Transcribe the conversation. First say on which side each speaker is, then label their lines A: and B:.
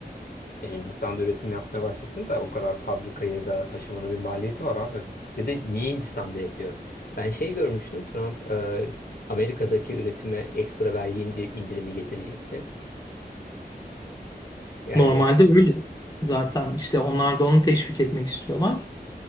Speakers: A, on the left (about 65°); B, on the left (about 25°).
A: E, Hindistan da üretim yapmaya başlasın da o kadar fabrikayı da taşımanın bir maliyeti var abi. Bir de niye Hindistan'da yapıyor? Ben şey görmüştüm Trump e, Amerika'daki üretime ekstra vergi indi- indirimi getirecekti. Yani
B: Normalde öyle zaten işte onlar da onu teşvik etmek istiyorlar.